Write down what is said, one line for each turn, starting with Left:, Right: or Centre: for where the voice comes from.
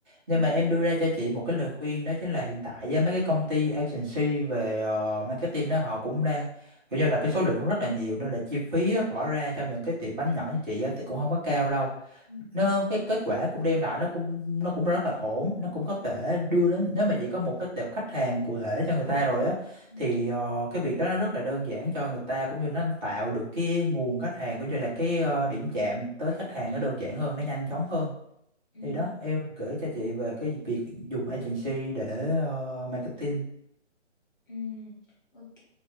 Right: nhưng
Left: Ừ,
Right: mà em đưa ra cho chị một cái lời khuyên đó chính là hiện tại á, mấy cái công ty agency về ờ, marketing đó họ cũng đang kiểu như là cái số lượng cũng rất là nhiều nên là chi phí á, bỏ ra cho những cái tiệm bánh nhỏ như chị á, thì cũng không có cao đâu
Left: ừ,
Right: nó cái kết quả cũng đem lại nó cũng nó cũng rất là ổn nó cũng có thể đưa đến nếu mà chỉ có một cái tệp khách hàng cụ thể cho người ta rồi á
Left: ừ.
Right: thì ờ, cái việc đó nó rất là đơn giản cho người ta cũng như nó tạo được cái nguồn khách hàng cũng như là cái ờ, điểm chạm tới khách hàng nó đơn giản hơn nó nhanh chóng hơn
Left: Ừ.
Right: thì đó em gửi cho chị về cái việc dùng agency để ờ, marketing
Left: Ừm, ok.